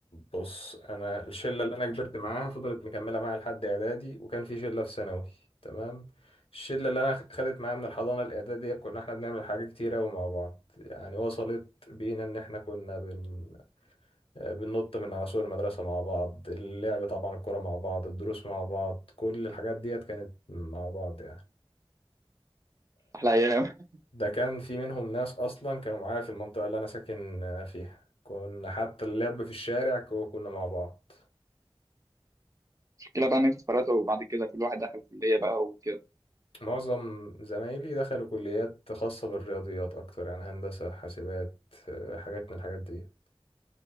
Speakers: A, on the left (about 75°); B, on the right (about 35°).
A: بص انا الشله اللي انا كبرت معاها فضلت مكمله معايا لحد اعدادي وكان في شله في ثانوي تمام الشله اللي انا خدت معايا من الحضانه الاعداديه كنا احنا بنعمل حاجات كتيره قوي مع بعض يعني وصلت بينا ان احنا كنا بن... بننط من على سور المدرسه مع بعض اللعب طبعا الكوره مع بعض الدروس مع بعض كل الحاجات ديت كانت مع بعض يعني
B: احلى ايام <laughs>
A: ده كان في منهم ناس اصلا كانوا معايا في المنطقه اللي انا ساكن فيها كنا حتى اللعب في الشارع كو- كنا مع بعض
B: المشكله بقى ان انت اتفرقت وبعد كده كل واحد دخل كليه بقى وكده
A: معظم زمايلي دخلوا كليات خاصة بالرياضيات أكتر يعني هندسة حاسبات آه، حاجات من الحاجات دي